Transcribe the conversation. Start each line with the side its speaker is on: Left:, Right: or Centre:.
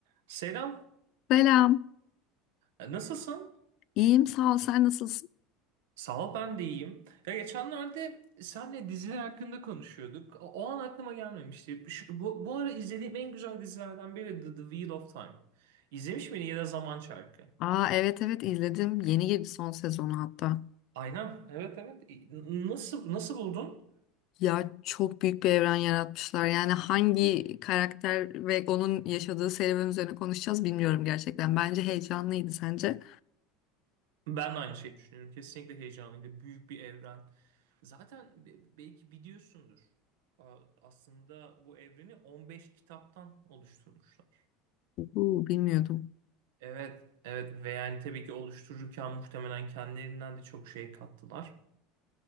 Right: Selam,
Left: Selam.
Right: E, nasılsın?
Left: İyiyim sağ ol. Sen nasılsın?
Right: Sağ ol, ben de iyiyim. Ya geçenlerde senle diziler hakkında konuşuyorduk. O o an aklıma gelmemişti. Şu- bu, bu ara izlediğim en güzel dizilerden biri The, The Wheel of Time. İzlemiş miydin ya da Zaman Çarkı?
Left: Aa evet evet izledim. Yeni girdi son sezonu hatta.
Right: Aynen, evet evet. n- Nasıl nasıl buldun?
Left: Ya çok büyük bir evren yaratmışlar. Yani hangi karakter ve onun yaşadığı serüven üzerine konuşacağız bilmiyorum gerçekten. Bence heyecanlıydı sence?
Right: Ben de aynı şeyi düşünüyorum. Kesinlikle heyecanlıydı. Büyük bir evren. Zaten be- belki biliyorsundur. A- Aslında bu evreni 15 kitaptan oluşturmuşlar.
Left: Bu bilmiyordum.
Right: Evet, evet ve yani tabii ki oluştururken muhtemelen kendilerinden de çok şey kattılar.